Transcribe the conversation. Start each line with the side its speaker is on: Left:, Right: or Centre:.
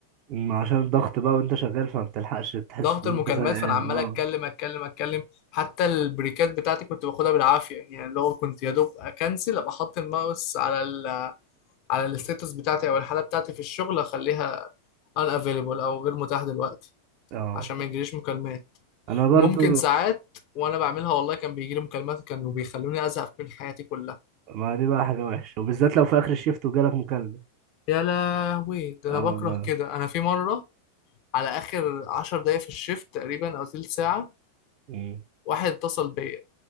Right: ما عشان الضغط بقى وانت شغال فما بتلحقش تحس
Left: ضغط
Right: ان
Left: المكالمات
Right: انت زهقان
Left: فانا عمال
Right: اه
Left: اتكلم اتكلم اتكلم حتى البريكات بتاعتي كنت باخدها بالعافيه يعني اللي هو كنت يا دوب اكنسل ابقى احط الماوس على ال على الستاتس بتاعتي او الحاله بتاعتي في الشغل اخليها ان افيلبل او غير متاح دلوقتي
Right: اه
Left: عشان ما يجيليش مكالمات
Right: انا برضو
Left: وممكن ساعات وانا بعملها والله كان بيجيلي مكالمات كانوا بيخلوني ازهق من حياتي كلها
Right: ما دي بقى حاجة وحشة وبالذات لو في اخر الشيفت وجالك مكالمة
Left: يا لهوي ده
Right: اه
Left: انا بكره كده انا في مره على اخر عشر دقايق في الشيفت تقريبا او تلت ساعه
Right: مم.
Left: واحد اتصل بيا